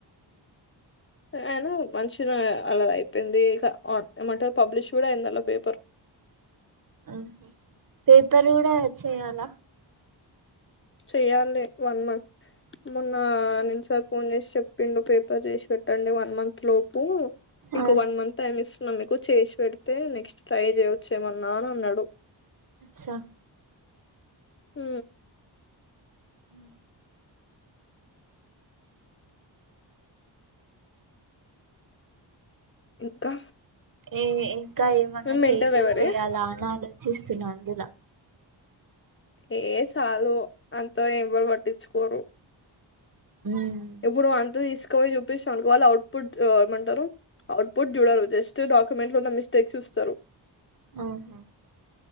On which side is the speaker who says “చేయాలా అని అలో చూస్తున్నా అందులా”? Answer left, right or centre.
Right